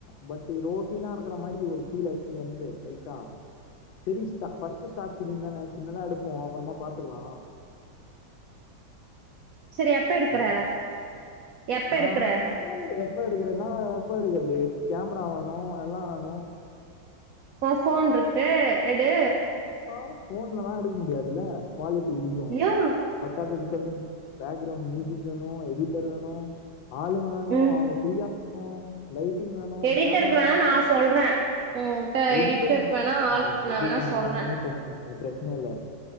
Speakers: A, on the left (about 75°); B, on the right (about 60°).
A: பட் ரோட்டினா இருக்கற மாரி ஒரு ஃபீல் அச்சுது எனக்கு லைட்டா பெரிஸ்டா பர்ஸ்ட் ஷார்ட்பிலிம் தா சின்தா எடுப்போ அப்றமா பாத்துக்கலா
B: சரி எப்ப எடுக்கற
A: ஹலோ
B: எப்ப எடுக்கற
A: ஆஹ் நா எப்ப எடுக்கறேன நான் எப்ப எடுக்கர்து கேமரா வோணு எல்லா வேணும்
B: உ போன்ருக்கு எடு
A: ஆ போன்லல்லா எடுக்க முடியாதுல்ல குவாலிட்டி இடிக்கோ
B: யா
A: பத்தாதுக்கு சொல்லு பேக்ரௌண்டு மீ <unintelligible> வேணு எடிட்டர் வேணு ஆளுங்க வேணு
B: ம்
A: அவுங்க ஃப்ரீயா இருக்கணு லைட்டிங் வேணு
B: எடிட்டருக்கு
A: கேம்ரா
B: வேணா
A: வேணு
B: நா சொல்றே உன்கிட்ட
A: எடிட்டர்னானே
B: எடிட்டருக்கு வேணா ஆள் இருக்கு நா வேணா
A: எடிங்ல்லா
B: சொல்றே
A: நானே பண்ணுவே அத் பிரச்சன இல்ல